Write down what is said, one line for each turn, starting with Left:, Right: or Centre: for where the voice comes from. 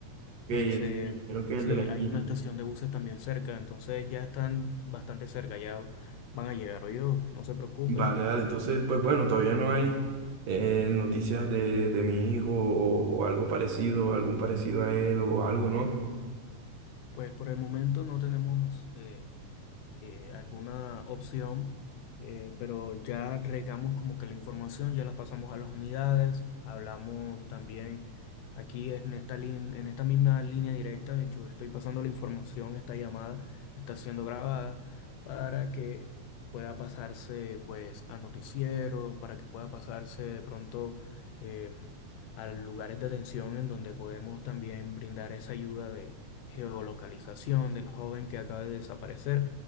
Right: Ok,
Left: Y
Right: es-
Left: se,
Right: me imagino que es
Left: sí,
Right: el de la esquina.
Left: hay una estación de buses también cerca, entonces ya están bastante cerca, ya van a llegar. Oye, no se preocupe,
Right: Vale, vale, entonces pues bueno, todavía no hay eh, noticias de, de mi hijo o, o algo parecido, algún parecido a él o algo, ¿no?
Left: pues por el momento no tenemos eh, eh, alguna opción, eh, pero ya regamos como que la información, ya las pasamos a las unidades, hablamos también aquí en esta, lin- en esta misma línea directa, yo estoy pasando la información, esta llamada está siendo grabada para que pueda pasarse pues a noticieros, para que pueda pasarse de pronto em, a lugares de atención en donde podemos también brindar esa ayuda de geolocalización del joven que acaba de desaparecer.